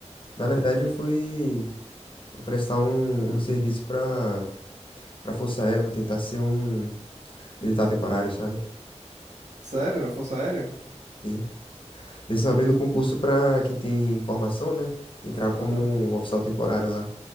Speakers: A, on the left (about 45°); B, on the right (about 80°).
A: na verdade, eu fui prestar um, um serviço pra, pra Força Aérea, vou tentar ser um militar temporário, sabe?
B: Sério? Na Força Aérea?
A: Sim. Eles estão
B: Que-
A: abrindo concurso pra quem tem formação, né? Entrar
B: Aham.
A: como um oficial temporário lá.